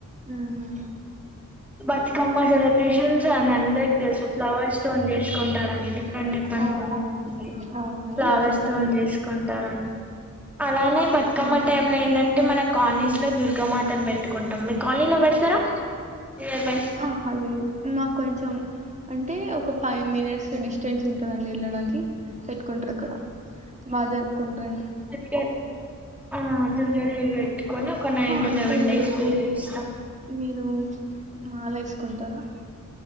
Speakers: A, on the right; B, in the centre.
A: ఉహు
B: బతుకమ్మ సెలబ్రేషన్స్ అన్ అందరికి తెలుసు ఫ్లవర్స్ తోన్ చేసుకుంటారని డిఫరెంట్ డిఫరెంట్
A: అవును
B: ఫ్లవర్స్ తోటి
A: అవును
B: ఫ్లవర్స్ తోన్ చేసుకు తరని అలానే బతుకమ్మ
A: ఉమ్
B: టైంలో ఎందంటే మనక్ కాల్నిస్లో దుర్గామాతను పెట్టుకుంటాం. మీ కాల్నిలో పెడతారా నియర్ బై
A: ఆహా లేద్ మాకొంచం అంటే ఒక ఫైవ్ మినిట్స్ డిస్టెన్స్ ఉంటందండి. ఏళ్ళడానికి పెట్టుకుంటరు. అక్కడ మా జరుపుకుంటరండి
B: దుర్గా ఆ దుర్గాదేవి పెట్టుకొని ఒక నైన్ టు
A: అంటే
B: లెవెన్
A: మీరు
B: డేస్ పూజిస్తాం.
A: మీరు మాల ఎసుకుంటారా